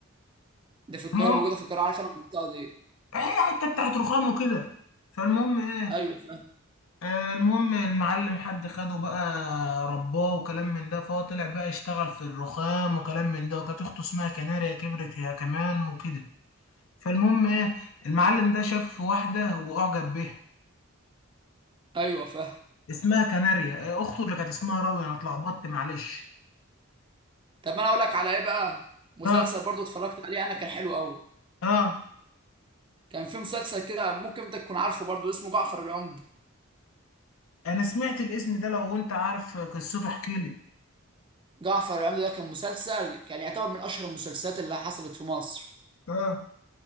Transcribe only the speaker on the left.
المهم
هي حته بتاعت رخام وكده فالمهم ايه
آه، المهم المعلم حد خده بقى رباه وكلام من ده فهو طلع بقى يشتغل في الرخام وكلام من ده وكانت اخته اسمها كناريا كبرت هي كمان وكده فالمهم ايه المعلم ده شاف واحدة واعجب بيها
اسمها كناريا آه، اخته اللي كانت اسمها راوي انا اتلخبطت معلش
اه
اه
انا سمعت الاسم ده لو انت عارف قصته احكي لي
اه